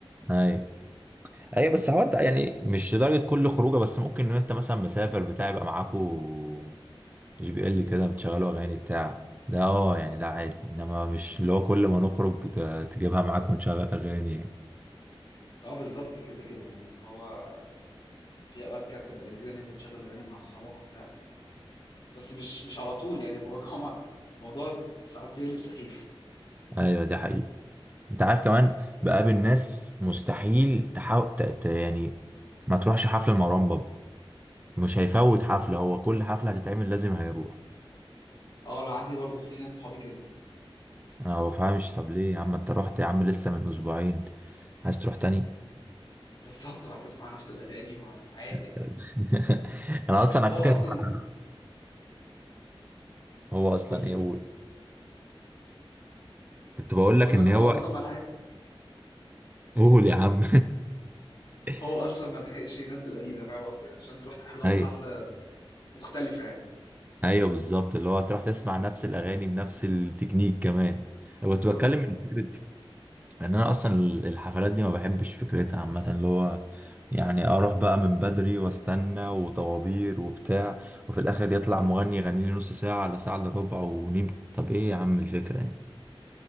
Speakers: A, on the right; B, on the left.
A: ايوه ايوه بس هو انت يعني مش لدرجه كل خروجه بس ممكن ان انت مثلا مسافر بتاع يبقى معاكو جي بي ال كده بتشغلوا اغاني بتاع ده اه يعني ده عادي انما مش اللي هو كل ما نخرج ت- تجيبها معاك ونشغل اغاني يعني
B: اه بالظبط كده كده يعني اللي هو في اوقات كده بتبقى لذيذه ان انت تشغل اغاني مع اصحابك وبتاع بس مش مش على طول يعني الموضوع <laughs> ما- موضوع ساعات بيقلب سخيف
A: ايوه دي حقيقة انت عارف كمان بقابل ناس مستحيل تحاول ت... ت... يعني ما تروحش حفلة لمروان بابلو مش هيفوت حفلة هو كل حفلة هتتعمل لازم هيروح
B: اه انا عندي برضو في ناس صحابي كده
A: انا ما بفهمش طب ليه يا عم انت رحت يا عم لسه من اسبوعين عايز تروح تاني
B: بالظبط هتسمع نفس الاغاني وعادي
A: <laughs>
B: يعني
A: انا
B: لا
A: اصلا
B: ما
A: على
B: هو
A: فكره
B: اصلا
A: <laughs> هو اصلا
B: قول لي
A: ايه
B: قول
A: قول
B: لي
A: كنت بقول
B: بقول
A: لك ان
B: لك هو
A: هو
B: اصلا ما لحقش
A: قول يا عم <laughs>
B: هو اصلا ما لحقش ينزل جديده فاهم قصدي عشان تروح تحضر له
A: ايوه
B: حفله مختلفه يعني
A: ايوه بالظبط اللي هو هتروح تسمع نفس الاغاني بنفس التكنيك كمان انا
B: بالظبط
A: كنت بتكلم من فكره ان انا اصلا الحفلات دي ما بحبش فكرتها عامه اللي هو يعني اروح بقى من بدري واستنى وطوابير وبتاع وفي الاخر يطلع مغني يغني لي نص ساعه على ساعه الا ربع ونيم طب ايه يا عم الفكره يعني